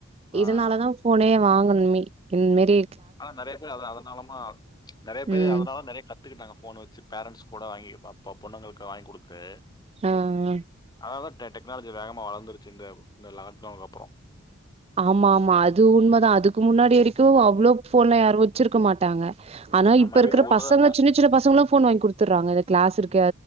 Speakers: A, on the left; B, on the right.
A: ஆ
B: இதனால
A: ஆ.
B: தான் போனே வாங்கணுமே ன் மேரி
A: ஆனா நிறைய பேர் அதனாலமா நெறைய பேர்
B: ம்
A: அதனால நெறைய கத்துக்குடங்க போன வச்சு பேரண்ட்ஸ் கூட வாங்கி ஓ பொண்ணுங்கள்ளுக்கு வாங்கி கொடுக்கு
B: ஆ ஆ
A: அதாவத டெக்னாலஜி வேகமா வளர்ந்துருச்சு இந்த லாக்டவுனுக்கு அப்பறம்
B: ஆமா ஆமா அது உண்மதான் அதுக்கு முன்னாடி வரைக்கும் அவ்வளவு போன்ல யாரும் வச்சிருக்க மாட்டாங்க ஆனா
A: நம்ம
B: இப்ப இருக்கிற
A: வீட்டுக்கு ஒண்ணுதான்
B: பசங்க
A: இருக்கோம்
B: சின்ன சின்ன பசங்கள ஃபோன் வாங்கி குடுத்துறாங்க கிளாஸ் இருக்